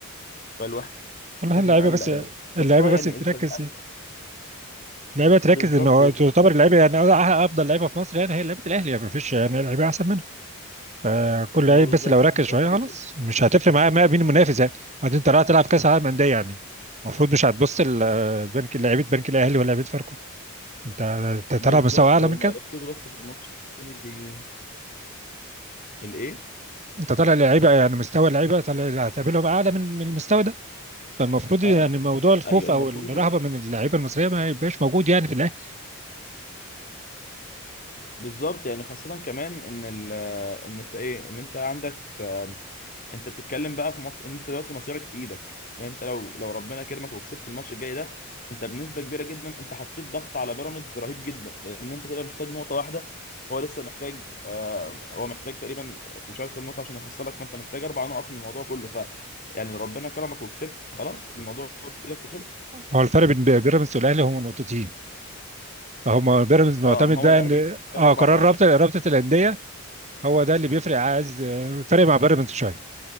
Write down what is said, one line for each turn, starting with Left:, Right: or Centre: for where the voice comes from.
Left: فالواحد
Right: كلها
Left: مقلق
Right: اللعيبه بس
Left: يعني بس
Right: اللعيبه
Left: هو يعني
Right: بس تركز
Left: كان
Right: اللعيبه تركز
Left: بالظبط
Right: ان هو
Left: هي
Right: تعتبر اللعيبه يعني افضل لعيبه في مصر يعني هي لعيبه الاهلي يعني ما فيش يعني لعيبه احسن منها آه، كل
Left: ما
Right: لعيب
Left: هو بالظبط
Right: بس لو ركز
Left: هم يركزوا
Right: شويه خلاص مش هتفرق معايا معايا مين المنافس يعني بعدين انت رايح تلعب كاس عالم انديه يعني المفروض مش هتبص ال- آه، بنك لعيبه بنك الاهلي ولا لعيبه فاركو انت انت طالع
Left: بالظبط
Right: مستوى اعلى
Left: هم
Right: من كده
Left: يركزوا بس في الماتش الجاي. الايه
Right: انت طالع لعيبه يعني مستوى اللعيبه طالع اللي هتقابلهم اعلى من من المستوى ده فالمفروض يعني
Left: اه
Right: موضوع الخوف
Left: ايوه المفروض
Right: او الرهبه
Left: ي-
Right: من اللعيبه المصريه ما يبقاش موجود يعني في الاهلي
Left: بالظبط يعني خاصة كمان ان ال ان انت ايه ان انت عندك انت بتتكلم بقى في ماتش انت دلوقتي مصيرك بايدك يعني انت لو لو ربنا كرمك وكسبت الماتش الجاي ده انت بنسبه كبيره جدا انت حطيت ضغط على بيراميدز رهيب جدا لان انت تبقى محتاج نقطه واحده هو لسه محتاج آه هو محتاج تقريبا مش عارف كام نقطه عشان يحصلك فانت محتاج اربع نقط من الموضوع كله ف يعني لو ربنا كرمك وكسبت خلاص الموضوع في ايدك وخلص
Right: هو الفرق بين بيراميدز والاهلي هم نقطتين فهم بيراميدز معتمد
Left: اه ما هو
Right: بقى
Left: الاهلي
Right: ان
Left: محتاج
Right: اه
Left: اربع
Right: قرار
Left: نقط
Right: رابطه رابطه الانديه هو ده اللي بيفرق عايز آه، فرق مع بيراميدز شويه